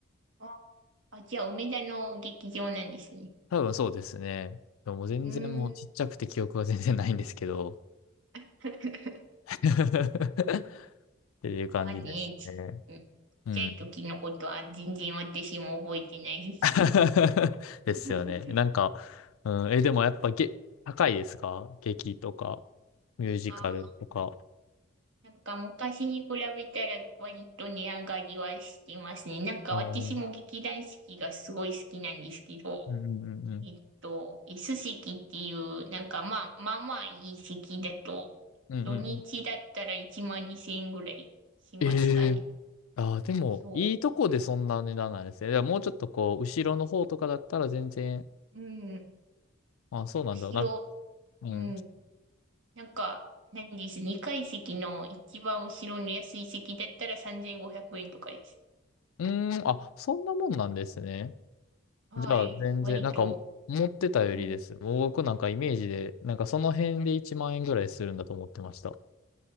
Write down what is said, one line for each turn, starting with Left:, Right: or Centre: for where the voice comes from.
Right: あ、あじゃあ梅田の劇場なんですね。
Left: 多分そうですね。でも全然もうちっちゃくて記憶は全然ないんですけど。
Right: うん。<laughs>
Left: <laughs> っていう感じですね。
Right: まあね、ちうん。ちっちゃい時のことは全然私も覚えてないです。
Left: うん。<laughs> ですよね。
Right: <laughs>
Left: なんか、うん、え、でもやっぱげ、高いですか劇とか、ミュージカルとか。
Right: あー、なんか昔に比べたら割と値上がりはしてますね。なんか私も劇団四季がすごい好きなんですけど、
Left: あうんうんうんうん。
Right: えっと、椅子席っていう、なんかまあ、まあまあいい席だと、
Left: うんうんうん。
Right: 土日だったら1万2000円ぐらいしますかね。
Left: ええああ、でも、
Right: そ
Left: いいとこでそんな値段なんですね。でももうちょっとこう、後ろの方とかだったら全然、
Right: う。うん。
Left: あ、そうなんだ。
Right: 後ろ、
Left: なんか、うん。
Right: うん。
Left: う
Right: なんか、何です。2階席の一番後ろの安い席だったら3500円とかです。
Left: ーん、あ、そんなもんなんですね。
Right: はい。
Left: じゃあ、全然、
Right: 割と、
Left: なんか、持ってたよりです。
Right: うん。
Left: もう僕なんかイメージで、なんかその辺で1万円ぐらいするんだと思ってました。